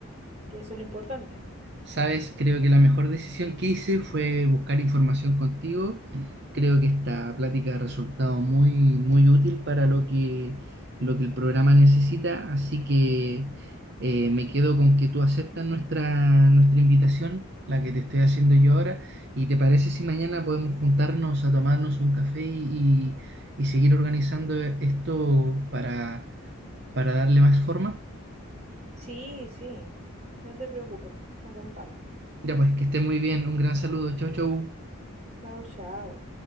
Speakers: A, on the right (about 30°); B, on the right (about 50°).
A: que eso es lo importante.
B: Sabes, creo que la mejor decisión que hice fue buscar información contigo. Creo que esta plática ha resultado muy, muy útil para lo que, lo que el programa necesita, así que eh, me quedo con que tú aceptas nuestra, nuestra invitación, la que te estoy haciendo yo ahora, y te parece si mañana podemos juntarnos a tomarnos un café y, y seguir organizando esto para, para darle más forma.
A: Sí, sí, no te preocupes, nos juntamos.
B: Ya pues, que esté muy bien, un gran saludo, chau, chau.
A: Chao, chao.